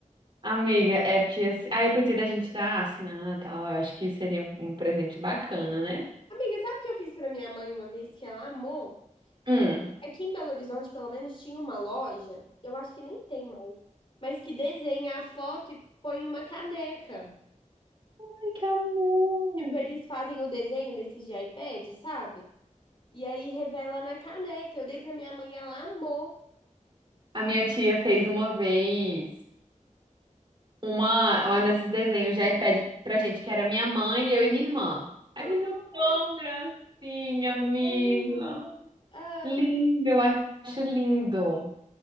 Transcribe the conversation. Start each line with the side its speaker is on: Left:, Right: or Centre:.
Right: Amiga, é porque assim. Aí eu pensei da gente dar assinar e tal. Eu acho que seria um, um presente bacana, né?
Left: Amiga, sabe o que eu fiz pra minha mãe uma vez que ela amou?
Right: Hum.
Left: Aqui em Belo Horizonte, pelo menos, tinha uma loja, eu acho que nem tem mais, mas que desenha a foto e põe uma caneca.
Right: Ai, que amor!
Left: Tipo, eles fazem o desenho desses de iPad, sabe? E aí revela na caneca. Eu dei pra minha mãe, ela amou.
Right: A minha tia fez uma vez uma, uma desses desenhos de iPad pra gente, que era minha mãe, eu e minha irmã. Aí
Left: Oh,
Right: ficou tão gracinha, amiga.
Left: É lindo. Ah,
Right: Lindo, eu acho lindo.